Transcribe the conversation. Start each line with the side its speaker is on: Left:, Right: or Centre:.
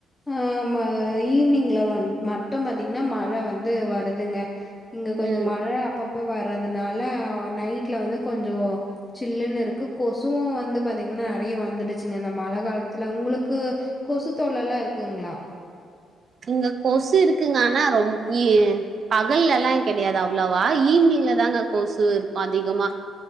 Left: ஆ மா ஈவினிங்ல வ மட்டு பாத்தீங்கன்னா மழை வந்து வருதுங்க இங்க கொஞ்சு
Right: ம்
Left: மழ அப்பப்போ வரறதுனால நைட்லே வந்து கொஞ்சு சில்லுன்னு இருக்கு கொசுவு வந்து பாத்தீங்கன்னா நெறைய வந்துடுச்சிங்கே இந்த மழ காலத்துலே உங்களுக்கு கொசு தொல்லல்லா இருக்குங்களா
Right: இங்க கொசு இருக்குங்க ஆனா ரொம் இ பகல்ல எல்லா கெடையாது அவ்வளவா ஈவினிங்லதாங்க கொசு இருக்கு அதிகமா